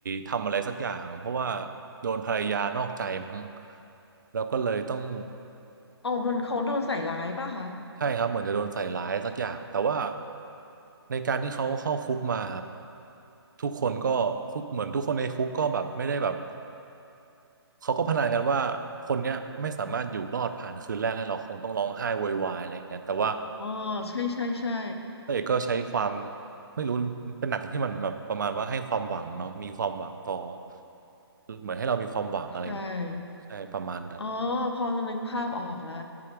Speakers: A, on the right (about 45°); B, on the left (about 75°).
A: ทำอะไรสักอย่างเพราะว่าโดนภรรยานอกใจมั้งแล้วก็เลยต้อง
B: อ๋อมันเขาโดนใส่ร้ายป่ะคะ
A: ใช่ครับเหมือนจะโดนใส่ร้ายสักอย่างแต่ว่าในการที่เขาเข้าคุกมาทุกคนก็ทุกเหมือนทุกคนในคุกก็แบบไม่ได้แบบเขาก็พนันกันว่าคนเนี้ยไม่สามารถอยู่รอดผ่านคืนแรกได้หรอกคงต้องร้องไห้โวยวายอะไรอย่างเงี้ยแต่ว่า
B: อ๋อใช่ใช่ใช่
A: พระเอกก็ใช้ความไม่รู้มันเป็นหนังที่มันแบบประมาณว่าให้ความหวังเนาะมีความหวังต่อเหมือนให้เรามีความหวังอะไร
B: ใช่
A: ใช่ประมาณนั้น
B: อ๋อพอจะนึกภาพออกแล้ว